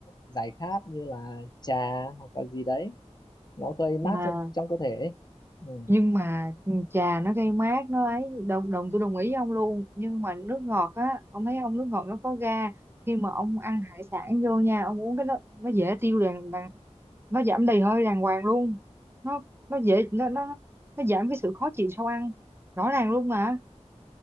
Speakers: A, on the left; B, on the right.
A: giải khát như là trà hoặc là gì đấy nó gây mát
B: Mà
A: cho trong cơ thể ấy. Ừ.
B: nhưng mà trà nó gây mát nó ấy đồng đồng tôi đồng ý ông luôn nhưng mà nước ngọt á ông thấy ông nước ngọt nó có ga khi mà ông ăn hải sản vô nha ông uống cái nó nó dễ tiêu đàng, đàng nó giảm đầy hơi đàng hoàng luôn nó nó dễ nó nó nó giảm cái sự khó chịu sau ăn rõ ràng luôn mà